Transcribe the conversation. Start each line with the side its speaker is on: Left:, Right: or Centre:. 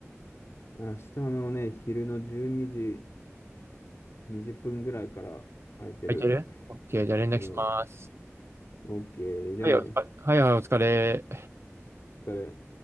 Left: 明日のね、昼の12時20分ぐらいから空いてる。
Right: 空いてる ?OK、じゃあ連絡します。
Left: うん。OK、じゃあね、
Right: はい、あはいはい、お疲れ。
Left: お疲れ。